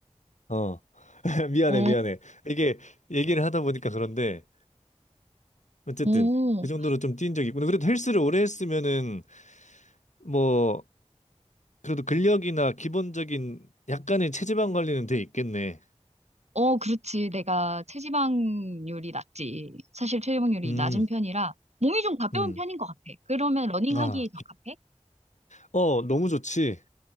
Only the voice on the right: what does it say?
<laughs> 어,
어,
어, 그렇지. 내가 체지방률이 낮지. 사실 체지방률이
낮은 편이라 몸이 좀 가벼운
편인 것 같아. 그러면 러닝하기에
적합해?